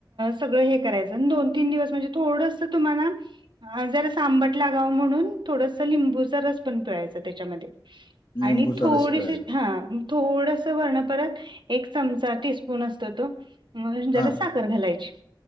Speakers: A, on the right; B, on the left.
A: सगळं हे करायचं. अन दोन तीन दिवस म्हणजे थोडंस तुम्हाला जरा संबट लागावं म्हणून, थोडस लिंबूचा रस पण पिळायचा त्याच्यामध्ये.
B: लिंबूचा
A: आणि थोडीसे,
B: रस पिळायचा.
A: हा. थोडस वरण परत एक चमचा टीस्पून असत तो. जरा
B: हां,
A: सा खर घालायची.